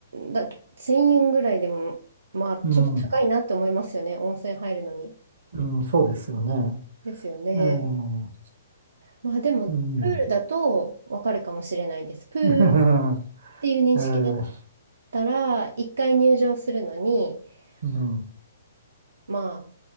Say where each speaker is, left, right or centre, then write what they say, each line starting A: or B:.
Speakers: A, on the right (about 80°); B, on the right (about 65°).
A: だ、1000円ぐらいでも、まあ、ちょっと高いなって思いますよね。
B: うん、
A: 温泉入るのに。
B: うん、そうですよね。
A: ですよね。
B: ええ、
A: まあ、でも、
B: うん、
A: プールだとわかるかもしれないです。プール
B: <laughs> え
A: っていう認識だっ
B: え、ええ
A: たら、1回入場するのに、
B: うんええ
A: あのま